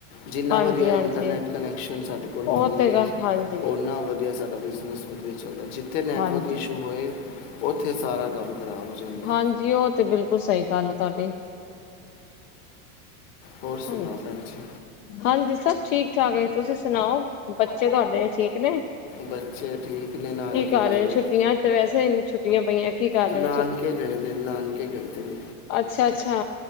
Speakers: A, on the left (about 50°); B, on the left (about 70°).
A: ਜਿੰਨਾ
B: ਹਾਂਜੀ
A: ਵਧੀਆ
B: ਹਾਂਜੀ
A: ਇੰਟਰਨੈੱਟ ਕਨੈਕਸ਼ਨ ਸਾਡੇ ਕੋਲ ਹੋਣਗੇ।
B: ਉਹ ਤੇ ਗ ਹਾਂਜੀ
A: ਓਨਾਂ ਵਧੀਆ ਸਾਡਾ ਬਿਜ਼ਨਸ ਵ ਚੱਲਦਾ ਜਿੱਥੇ ਨੈੱਟਵਰਕ
B: ਹਾਂਜੀ
A: ਇਸ਼ੂ ਹੋਏ, ਉੱਥੇ ਸਾਰਾ ਕੰਮ ਖਰਾਬ ਜਾਂਦਾ
B: ਹਾਂਜੀ, ਉਹ ਤੇ ਬਿਲਕੁਲ ਸਹੀ ਗੱਲ ਏ ਤੁਆਡੀ
A: ਹੋਰ ਸੁਣਾ
B: ਹਾਂਜੀ
A: ਪੈਣ ਜੀ।
B: ਹਾਂਜੀ ਸਭ ਠੀਕ ਠਾਕ ਐ। ਤੁਸੀਂ ਸੁਣਾਓ ਬੱਚੇ ਤੁਆੜੇ ਠੀਕ ਨੇ?
A: ਬੱਚੇ ਠੀਕ ਨੇ ਨਾਨਕੇ
B: ਕੀ ਕਾਰ
A: ਗਏ
B: ਰਹੇ?
A: ਦੇ
B: ਛੁੱਟੀਆਂ
A: ਨੇ।
B: ਤੇ ਵੈਸੇ ਛੁੱਟੀਆਂ ਪਈਆਂ ਕੀ ਕਰ ਰਹੇ
A: ਨਾਨਕੇ
B: ਨੇ
A: ਗਏ ਦੇ ਨੇ, ਨਾਨਕੇ ਗਏ ਦੇ ਨੇ
B: ਅੱਛਾ-ਅੱਛਾ।